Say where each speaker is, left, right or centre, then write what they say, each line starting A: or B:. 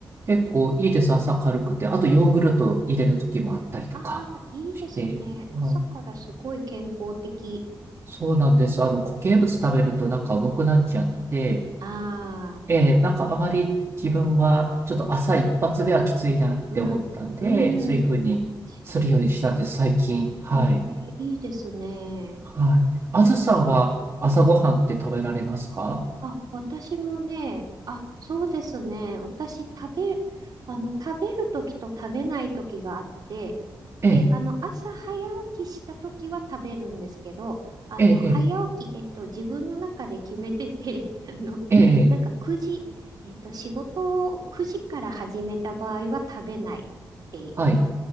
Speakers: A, on the right (about 35°); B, on the right (about 55°).
A: 結構いいです。朝軽くて。あと、ヨーグルト入れる時もあったりとかして。
B: ああ、いいですね。
A: はい。
B: 朝からすごい健康的。
A: そうなんです。あの、固形物食べるとなんか重くなっちゃって、
B: ああ、
A: ええ、なんかあまり自分はちょっと朝一発目はきついなって思ったんで、
B: ね。うん。うん。
A: そういうふうにするようにしたんです、
B: 確かに。
A: 最近。はい。
B: えー、いいですね。
A: はい。あずさんは朝ごはんって食べられますか
B: あ、私もね、あ、そうですね。私、食べる、あの、食べるときと食べないときがあって、
A: ええ、
B: で、あの、朝早起きしたときは食べるんですけど、あの、
A: ええ、
B: 早起き、えっと、自分の中で決めてて、<laughs> あの、
A: ええ、ええ、
B: なんか9時、えっと、仕事を9時から始めた場合は食べないってい
A: はい。